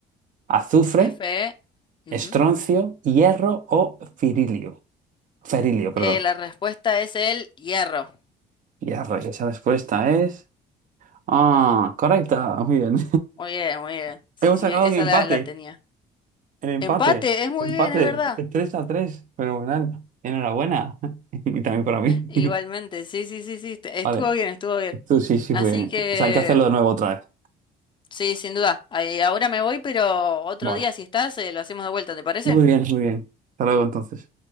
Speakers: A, on the right; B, on the left.
A: ¿Azufre,
B: FE. Ujú.
A: estroncio, hierro o firilio? Ferilio, perdón.
B: Eh, la respuesta es el hierro.
A: Hierro, y esa respuesta es... Ah, correcta, muy bien.
B: Muy bien, muy bien.
A: <laughs>
B: Sí,
A: Hemos
B: sí,
A: sacado
B: e-,
A: un
B: esa
A: empate,
B: la, la tenía.
A: el empate,
B: Empate, es muy
A: empate,
B: bien, es verdad.
A: Tres a 3, fenomenal. Enhorabuena, <laughs> y también para mí.
B: Igualmente,
A: <laughs>
B: sí, sí, sí, sí. te- Estuvo
A: Vale,
B: bien, estuvo bien.
A: tú sí, sí
B: Así
A: fue.
B: que,
A: O sea, hay que hacerlo de nuevo otra vez.
B: sí, sin duda. Ahí, ahora me voy, pero otro
A: Vale.
B: día, si estás, eh, lo hacemos de vuelta, ¿te parece?
A: Muy bien, muy bien. Hasta luego entonces.